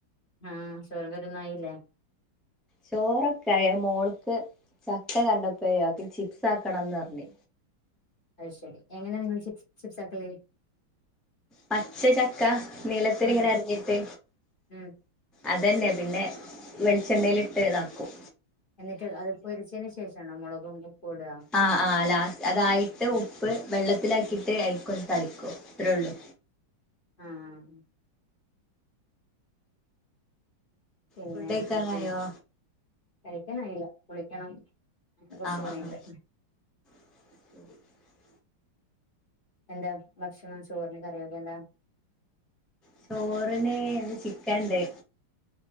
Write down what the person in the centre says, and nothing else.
ചോറൊക്കെ ആയെ മോൾക്ക് ചക്ക കണ്ടപ്പഴെ അവൾക്ക് ചിപ്സ് ആക്കണന്ന് പറഞ്ഞ്
പച്ച ചക്ക നീളത്തിൽ
ഇങ്ങനെ അരിഞ്ഞിട്ട്
അതന്നെ പിന്നെ വെളിച്ചെണ്ണേലിട്ട് ഇതാക്കും
ആ ആ് ലാസ് അതായിട്ട് ഉപ്പ് വെള്ളത്തി മസിലാക്കിയിട്ട് അയിക്കൊണ്ട് തളിക്കോ ഇത്രേ ഉള്ളു
ഫുഡ് കഴിക്കാനായോ
ആഹ്
ആഹ് <unintelligible>
ചോറിന് ചിക്കൻണ്ട്